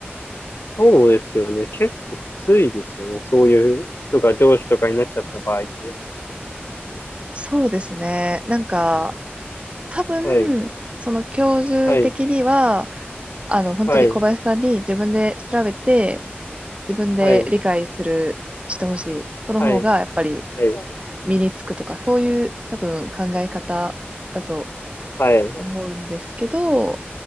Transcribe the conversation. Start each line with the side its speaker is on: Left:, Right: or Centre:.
Left: そうですよね。結構きついですよね。そういう人が上司とかになっちゃった場合って。
Right: そうですね。なんか、多分、
Left: はい、
Right: その教授的には、
Left: はい、
Right: あの、本当に小林さんに自分で調べて、
Left: はい、
Right: 自分で理解する、
Left: はい。
Right: してほしい。その方が、
Left: はやってい、。
Right: やっぱり身につくとか、そういう多分考え方だと
Left: はい、
Right: 思うんですけど、